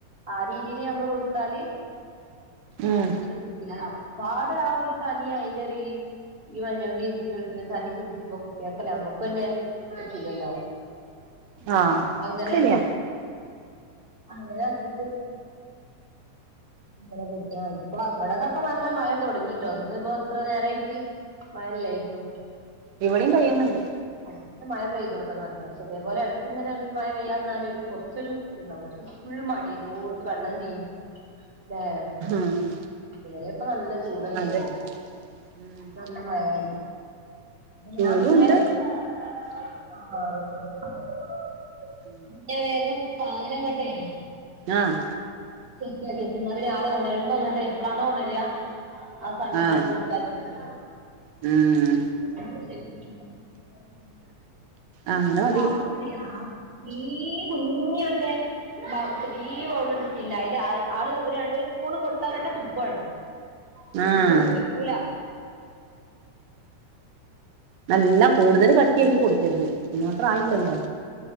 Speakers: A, on the right (about 25°); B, on the right (about 70°).
A: ആ രീതിൽ നമ്മള് കൊടുത്താല്
B: ഉം
A: അങ്ങനെ കുടിക്കില്ല അപ്പാട് ആ ഒരു തനിയ അയിന്റെ ഒരു ഈ മഞ്ഞൾന്റിം, ഇഞ്ചിന്റിം വെൾത്തി തനി രുചി ഇപ്പൊ കുട്ടിയാക്കല്ല നമ്മ ക്കെന്നെ പറ്റൂലല്ലോ
B: ആഹ്
A: അപ്പൊ അങ്ങനെ
B: ശരിയ
A: അങ്ങനെ ആക്കീട്ട് അങ്ങനെ കുടിച്ചാ മതി ഇപ്പൊള ഇവിടതപ്പ നല്ല മഴ തുടങ്ങിട്ടോ ഇന്ന്പ്പൊ ഇത്ര നേരായിട്ട് മാഴ ഇല്ലായിരുന്നു
B: ഇവിടെയും പെയ്യുന്നുണ്ട്
A: അടുത്ത മഴ പെയ്തോട്ടെ നല്ലതാ പക്ഷെ ഇതേപോലെ എടക്ങ്ങനെണ്ട് മഴ പെയ്യാതിരുന്നാല് ഒരു കുറച്ചൊരു ഇത്ണ്ടാവും മറ്റ് ഫുള്ള് മടി എല്ലോട്ത്തും വെള്ളം ചീ ല്ലേ
B: ആഹ്
A: ഇന്നലെക്കെ നല്ല ചൂടല്ലേന്നോ
B: അതെ ഉം
A: നല്ല മഴായി അപ്പ
B: ചൂടുണ്ട്
A: ഞാൻ പിന്നെ <inaudible>
B: ഉം
A: ഞാൻ വേഗം സാധനങ്ങട്ടെയ്
B: ആഹ്
A: സെറ്റ് ആക്കി വെക്കും ന്നാപിന്നെ ആളെ ഒണരുമ്പോ എന്നിട്ട് എപ്ലാണോ ഒണരാ ആ സമയത്താണ്ട്
B: ആഹ്
A: കൊടുക്കാച്ചിട്ട്
B: ആഹ്
A: <unintelligible> <unintelligible>
B: അങ്ങനെ മതി
A: ടീ കുഞ്ഞി മറ്റേ ബൗ ചെറിയ ബൗളുണ്ട് പിന്നെ അതില് ആള് ഒരു രണ്ട് സ്പൂൺ കൊടുത്താ തന്നെ തുപ്പാണ് ഒന്നും
B: ആഹ്
A: കുടിക്കൂല
B: നല്ല കൂടുതൽ കട്ടിയക്കി കൊടുക്കരുത് അയ്നാത്രം ആയില്ലല്ലോ